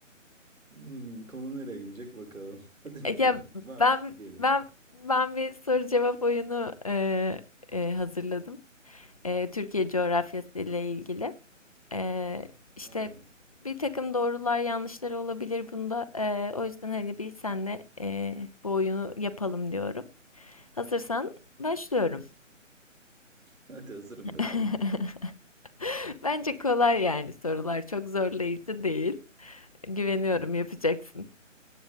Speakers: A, on the right (about 85°); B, on the left (about 30°).
A: Hmm, konu nereye gidecek bakalım. <laughs> Hadi
B: E,
A: bakalım.
B: ya
A: Var
B: ben
A: diyelim.
B: ben ben bir soru cevap oyunu e, e, hazırladım. E, Türkiye coğrafyası ile ilgili. E, işte
A: Tamam.
B: bir takım doğrular yanlışlar olabilir bunda. E, o yüzden hani bir senle e, bu oyunu yapalım diyorum. Hazırsan başlıyorum.
A: Hadi hazırım
B: <laughs>
A: bakalım.
B: <laughs> Bence kolay yani sorular. Çok zorlayıcı değil. Güveniyorum yapacaksın.